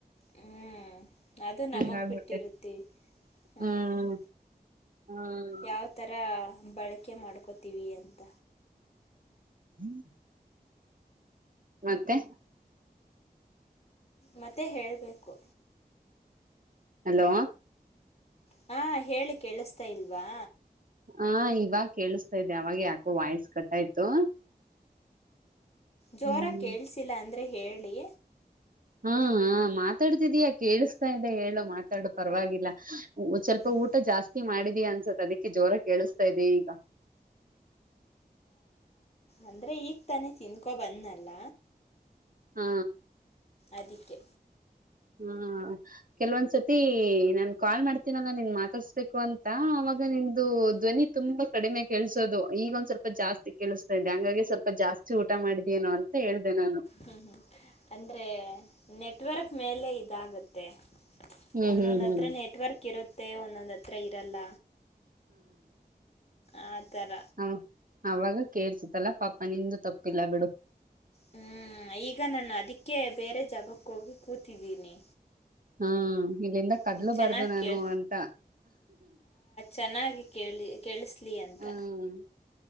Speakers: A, on the left; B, on the right.
A: ಹ್ಮೂ ಅದು ನಮಗ್
B: ಹಂಗ ಆಗ್ಬಿಟ್ಟೈತಿ
A: ಬಿಟ್ಟಿರುತ್ತೆ ಹಾಯಿ
B: ಹ್ಮ್ ಹ್ಮ್
A: ಯಾವ್ ತರಾ ಬಳ್ಕೆ ಮಾಡ್ಕೋತೀವಿ ಅಂತ.
B: <inaudible> ಮತ್ತೆ?
A: ಮತ್ತೆ ಹೇಳ್ಬೇಕು.
B: ಹಲೋ
A: ಹಾ ಹೇಳಿ ಕೇಳಸ್ತಾ ಇಲ್ವಾ?
B: ಆ ಇವಾಗ್ ಕೇಳಸ್ತ ಇದೆೆ ಅವಾಗೆ ಯಾಕೋ ವಾಯ್ಸ್ ಕಟ್ಟಾಯ್ತು
A: ಜೋರಾಗಿ
B: ಹ್ಮ್
A: ಕೇಳಸಿಲ್ಲ ಅಂದ್ರೆ ಹೇಳಿ
B: ಹಾ ಹ ಮಾತಾಡ್ತಿದೀಯ ಕೇಳಿಸ್ತಾ ಇದೆ ಹೇಳು ಮಾತಾಡು ಪರವಾಗಿಲ್ಲ ಸ್ವಲ್ಪ
A: ಹ್ಮ್
B: ಊಟ ಜಾಸ್ತಿ ಮಾಡಿದ ಅನ್ಸತ್ ಅದಕ್ಕೆ ಜೋರ ಕೇಳಿಸತಾ ಇದದೆ ಈಗ
A: ಅಂದ್ರೆ ಈಗ್ ತಾನೆ ತಿಿಂದಕೊ ಬಂದ್ನಲ್ಲ
B: ಹಾ
A: ಅದಕ್ಕೆ
B: ಹಾ ಕೆಲ್ವೊಂದ್ಸತಿ ನಾನ್ ಕಾಲ್ ಮಾಡ್ತೀನಲ್ಲ ನಿನ್ ಮಾತಾಡ್ಸ್ಬೇಕು ಅಂತ ಅವಾಗ ನಿ್ದು ಧ್ವನಿ ತುಂಬಾ ಕಡಿಮೆ ಕೆೇಳಸೋದು ಈಗೊಂದ್ ಸ್ವಲ್ಪ ಜಾಸ್ತಿ ಕೇಳಿಸಸ್ತಾ ಇದ್ದೆ ಹಂಗಾಗಿ ಸ್ವಲ್ಪ ಜಾಸ್ತಿ ಊಟ ಮಾಡಿದೇನೋ ಅಂತ ಹೇಳ್ದ ನಾನು
A: ಹ್ಮ್ ಹ್ಮ್ ಅಂದ್ರೆ ನೆಟ್ವರ್ಕ್ ಮೇಲೆ ಜಾಗತ್ತೆ
B: ಹ್ಮ್
A: ಒಂದೊಂದ
B: ಹ್ಮ್
A: ಹತ್ರ ನೆಟ್ವರ್ಕ್ ಕಿರುತ್ತೆ ಒಂದೊಂದು ಹತ್ರಿ ಇರಲ್ಲ ಆ ಥರ
B: ಹ ಅವಾಗ ಕೇರ್ಸತ್ತಲ್ಲಾ ಪಾಪ ನಿಂದು ತಪ್ಪಿಲ್ಲ ಬಿಡು
A: ಹ್ಮ್ ಈಗ ನಾನು ಅದಕ್ಕೆ ಬೇರೆ ಜಾಗಕ್ಕ ಹೋಗಿ ಕೂತಿದ್ದೀನಿ
B: ಹಾ ಈಗೆಂದ ಕದ್ಲು
A: ಹ್ಮ್
B: ಬಾರದುು
A: ಚೆನ್ನಾಗಿ
B: ನಾನು
A: ಕೇಳ
B: ಅಂತ
A: ಚೆನ್ನಾಗಿ ಕೇಳಿ ಕೇಳಿಸ್ಲಿ ಅಂತ
B: ಹ್ಮ.